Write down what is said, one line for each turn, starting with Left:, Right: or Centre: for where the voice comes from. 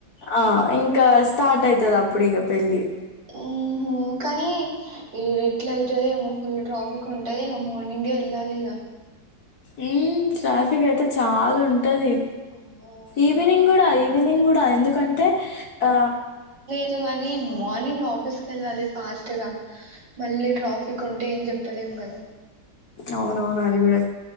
Left: ఆ ఇంకా స స్టార్ట్ ఐతది అప్పుడు ఇగ పెళ్ళి
Right: ఉహు కానీ ఎట్ల అయితదో ఏమో ఫుల్ ట్రాఫిక్ ఉంటది ఇగ మార్నింగే ఎళ్ళాలి ఇగ
Left: మ్మ్ ట్రాఫిక్ అయితే చాలుంటది.
Right: అమ్మో ఏ
Left: ఈవినింగ్
Right: మార్నింగ్
Left: గూడా ఈవినింగ్ గూడా ఎందుకంటే ఆ
Right: లు గని మార్నింగ్ ఆఫీస్ కెళ్ళాలి ఫాస్ట్ గా మళ్ళీ ట్రాఫిక్ ఉంటే ఏం చెప్పలేం. గద
Left: అవునవును అది గూడా